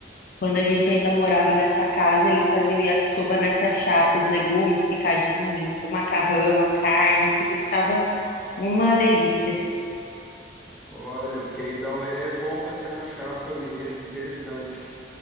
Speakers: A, on the left; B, in the centre.
A: quando a gente ainda morava nessa casa, ele fazia o yakisoba nessa chapa, os legumes picadinhos, o macarrão, a carne, tudo e ficava uma delícia.
B: Olha, porque aí dá, um- é bom fazer na chapa mesmo, interessante.